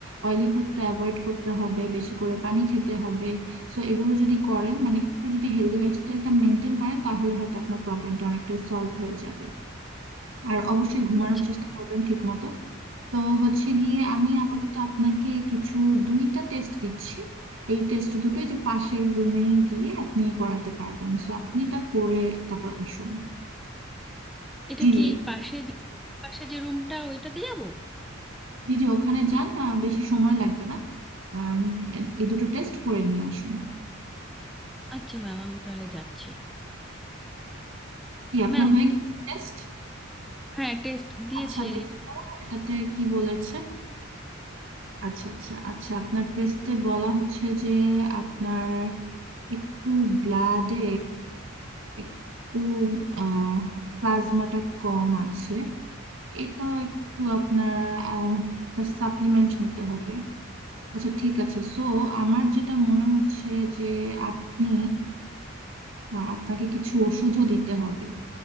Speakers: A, on the right; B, in the centre.
A: অয়েলি ফুডটা অ্যাভয়েড করতে হবে বেশি করে পানি খেতে হবে সো এগুলো যদি করেন মানে একটু যদি হেলদি লাইফস্টাইলটা মেনটেন করেন তাহলে হয়তো আপনার প্রবলেমটা অনেকটা সলভ হয়ে যাবে আর অবশ্যই ঘুমানোর
B: আচ্ছা
A: চেষ্টা করবেন ঠিকমতো তো হচ্ছে গিয়ে আমি আপাতত আপনাকে কিছু দুইটা টেস্ট দিচ্ছি এই টেস্ট দুটোই যে পাশের রুমেই গিয়ে আপনি করাতে পারবেন সো আপনি তা করে তারপর আসুন
B: এটা
A: জি
B: কি
A: জি
B: এই পাশে যে পাশে যে রুমটা ওইটাতে যাব
A: জি জি ওখানে যান আহ, বেশি সময় লাগবে না আহ, এই দুটো টেস্ট করে নিয়ে আসুন
B: আচ্ছা ম্যাম আমি তাহলে যাচ্ছি
A: জি আপনার
B: ম্যাম
A: হয়ে গেছে টেস্ট
B: হ্যাঁ টেস্ট দিয়েছে
A: আচ্ছা দেখি তো এটাতে কি বলেছে আচ্ছা আচ্ছা আচ্ছা আপনার টেস্টে বলা হচ্ছে যে আপনার একটু ব্লাডে একটু আহ প্লাজমাটা কম আছে এটা একটু আপনার আহ সাপ্লিমেন্ট নিতে হবে আচ্ছা ঠিক আছে সো আমার যেটা মনে হচ্ছে যে আপনি আহ, আপনাকে কিছু ওষুধও দিতে হবে